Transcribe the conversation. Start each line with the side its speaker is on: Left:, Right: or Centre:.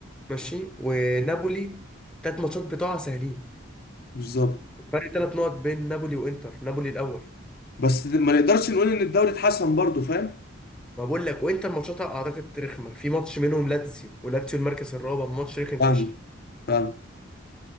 Centre: ماشي ونابولي ثلاث ماتشات بتوعها سهلين
Left: بالظبط
Centre: فرق ثلاث نقط بين نابولي وانتر نابولي الاول
Left: بالظبط بس ما نقدرش نقول ان الدوري اتحسن برضه فاهم
Centre: ما بقول لك وانتر ماتشاتها اعتقد رخمه في ماتش منهم لاتسيو ولاتسيو المركز الرابع ماتش رخم
Left: فاهم
Centre: فشخ
Left: فاهم